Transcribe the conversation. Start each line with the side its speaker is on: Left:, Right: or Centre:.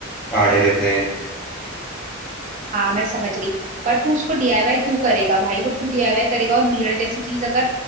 Centre: आड़े रहते हैं
Right: हाँ मैं समझ गई पर तू उसको डीआईवाई क्यों करेगा भाई वो तू डीआईवाई करेगा और मिरर जैसी चीज अगर